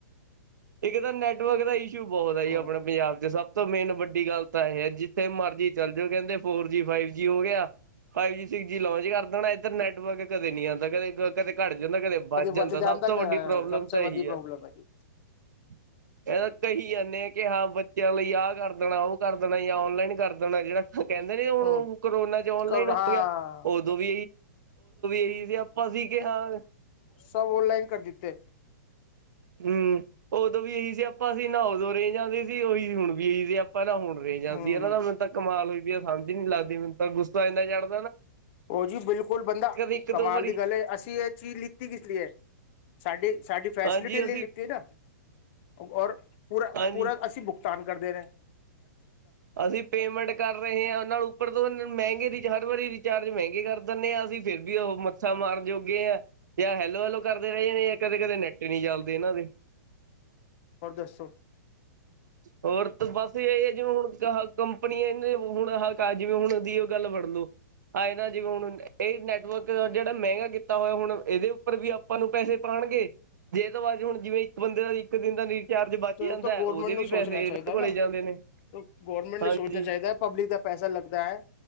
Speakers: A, on the right; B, on the left.
A: ਇੱਕ ਤਾਂ, ਨੈਟਵਰਕ ਦਾ ਇਸ਼ੂ ਬਹੁਤ ਹੈ ਜੀ,
B: ਹੂੰ
A: ਆਪਣੇ ਪੰਜਾਬ ਚ ਸਭ ਸਭ ਤੋਂ ਮੇਨ ਵੱਡੀ ਗੱਲ ਤਾਂ ਇਹ ਹੈ। ਜਿੱਥੇ ਮਰਜ਼ੀ ਚੱਲ ਜਾਓ, ਕਹਿੰਦੇ ਫੋਰ ਜੀ ਫਾਈਵ ਜੀ ਹੋ ਗਿਆ ਫਾਈਵ ਜੀ ਸਿਕਸ ਜੀ ਲਉ ਜੀ ਇੱਧਰ ਨੈਟਵਰਕ ਕਦੇ ਨੀ ਆਉਂਦਾ। ਕਦੇ ਕਦੇ ਘੱਟ ਜਾਂਦਾ, ਕਦੇ ਬੱਚ
B: ਵੱਧ
A: ਜਾਂਦਾ,
B: ਜਾਣ
A: ਸਭ
B: ਤੱਕ
A: ਤੋਂ ਵੱਡੀ ਪ੍ਰੋਬਲਮ
B: ਸਭ ਸੇ
A: ਤਾਂ
B: ਵੱਡੀ
A: ਇਹੀ
B: ਪ੍ਰੋਬਲਮ
A: ਹੈ।
B: ਹੈਗੀ
A: ਹਮ <unintelligible> ਇਹਦਾ ਕਹੀ ਜਾਂਦੇ ਆ ਕਿ, ਹਾਂ ਬੱਚਿਆਂ ਲਈ ਆਹ ਕਰ ਦੇਣਾ, ਉਹ ਕਰ ਦੇਣਾ, ਜਾਂ ਔਨਲਾਈਨ ਕਰ ਦੇਣਾ ਜਿਹੜਾ ਕਹਿੰਦੇ ਨੇ, ਹੁਣ
B: ਹੂੰ
A: ਕਰੋਨਾ ਚ ਔਨਲਾਈਨ
B: ਕਰ
A: ਹੋ
B: ਹਾਂ
A: ਗਿਆ, ਉਦੋਂ ਵੀ ਹੈਹੀ ਸਿਆਪਾ ਸੀ। ਕੀ ਹਾਲ।
B: ਸਭ ਔਨਲਾਈਨ, ਕਰ ਦਿੱਤੇ।
A: ਹਮ ਹੋ <inaudible> ਸਿਆਪਾਂ ਸੀ ਨਾ ਉਦੋਂ ਰੇ ਜਾਂਦੇ ਸੀ ਉਹੀ ਹੁਣ ਵੀ ਸਿਆਪਾਂ ਨਾ ਹੁਣ ਰੇ ਜਾਂਦੀ
B: ਹੂੰ
A: ਇਹ ਦਾ ਕਮਾਲ ਹੋਈ ਪ ਸਮਝ ਨੀ ਲੱਗਦੀ ਮੈਨੂੰ, ਤਾਂ ਗੁੱਸਾ ਇੰਨਾ ਜਾਿਆਦਾ
B: ਉਹ ਜੀ ਬਿਲਕੁਲ ਬੰਦਾ
A: ਇੱਕ
B: ਕਮਾਲ
A: ਦੋ ਵਾਰੀ
B: ਦੀ ਗੱਲ, ਅਸੀਂ ਇਹ ਚੀਜ਼ ਲਿੱਤੀ ਕਿਸ ਲਈ ਏ। ਸਾਡੇ ਸਾਡੀ ਫੈਸਿਲਿਟੀ
A: ਹਾਂਜੀ
B: ਲ
A: ਅਸੀਂ
B: ਲਿੱਤੀ ਨਾ ਔਰ ਪੂਰਾ
A: ਹਾਂਜੀ
B: -ਪੂਰਾ ਅਸੀਂ ਭੁਗਤਾਨ <inaudible> ਕਰਦੇ ਰਹ?
A: ਅਸੀਂ ਪੇਮੈਂਟ ਕਰ ਰਹੇ ਹਾਂ, ਨਾਲ ਉੱਪਰ ਤੋਂ ਮਹਿੰਗੇ ਰ ਹਰ ਵਾਰੀ। ਚਾਰਜ ਮਹਿੰਗੇ ਕਰ ਦਿੰਦੇ ਹਾਂ। ਅਸੀ ਫਿਰ ਵੀ ਉਹ ਮੱਥਾ ਮਾਰ ਜੋਓ ਜਾਂ ਹੈਲੋ-ਹੈਲੋ ਕਰਦੇ ਰਹੇ ਨੇ। ਜਾਂ ਕਦੇ-ਕਦੇ ਨੈਟ ਨੀ ਚੱਲਦੇ ਇਹਨਾਂ ਦੇ।
B: ਹੋਰ ਦੱਸੋ?
A: ਹੋਰ ਤੇ ਬਸ ਇਹ ਹੈ। ਜਿਵੇਂ ਹੁਣ ਕੰਪਨੀਆਂ ਇਹਨੇ ਹੁਣ ਹਾਂ ਜਿਵੇਂ ਹੁਣ ਦੀ ਉਹ ਗੱਲ ਫੜ ਲੋ। ਹਏ ਨਾ ਜਿਵੇਂ ਹੁਣ ਇਹ ਨੈਟਵਰਕ ਜਿਹੜਾ ਮਹਿੰਗਾ ਕੀਤਾ ਹੋਇਆ ਹੁਣ ਇਹਦੇ ਉੱਪਰ ਵੀ ਆਪਾਂ ਨੂੰ ਪੈਸੇ ਪਾ ਜੇ ਤਾਂ ਬਾਅਦ ਹੁਣ ਜਿਵੇਂ ਇੱਕ ਬੰਦੇ ਦਾ ਇੱਕ ਦਿਨ ਦਾ ਰਿੀਚਾਰਜ ਬਚ
B: ਜੋ
A: ਜਾਂਦਾ,
B: ਹੈ ਤਾਂ ਗੌਰਮੈਂਟ
A: ਉਹਦੇ
B: ਨੂੰ
A: ਵੀ ਪੈਸੇ
B: ਸੋਚਣਾ ਚਾਹੀਦਾ
A: ਇਹਨਾਂ ਕੋਲੇ
B: ਨਾ
A: ਜਾਂਦੇ ਨੇ
B: ਗਵਰਮੈਂਟ
A: ਹਾਂਜੀ
B: ਨੇ ਸੋਚਣਾ ਚਾਹੀਦਾ ਪਬਲਿਕ ਦਾ ਪੈਸਾ ਲੱ ਦਾ ਹੈ,